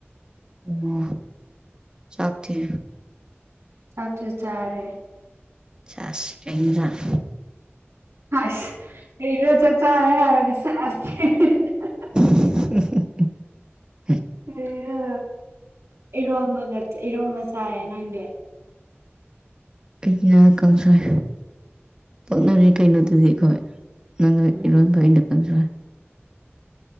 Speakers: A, on the right; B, on the right.
A: ꯑꯣ ꯆꯥꯛꯇꯤ
B: ꯆꯥꯛꯆꯨ ꯆꯔꯦ
A: ꯁꯦꯁ ꯀꯩ ꯑꯦꯟꯖꯥꯡ
B: ꯍꯥꯁ ꯀꯔꯤꯔ ꯆꯥꯛ ꯆꯥꯔꯦ ꯍꯥꯏꯔ ꯁꯦꯁ ꯍꯤ ꯍꯤ ꯍꯤ
A: <unintelligible>
B: ꯀꯔꯤꯔ ꯏꯔꯣꯝꯕꯒ ꯏꯔꯣꯝꯕ ꯆꯥꯏ ꯅꯪꯗꯤ
A: ꯑꯩꯅ ꯀꯥꯡꯁꯣꯏ ꯄꯣꯛꯅꯕꯗꯤ ꯀꯩꯅꯣꯗꯨꯗꯤ ꯈꯣꯏ ꯅꯪꯅ
B: ꯎꯝ
A: ꯏꯔꯣꯟꯕ ꯑꯩꯅ ꯀꯥꯡꯁꯣꯏ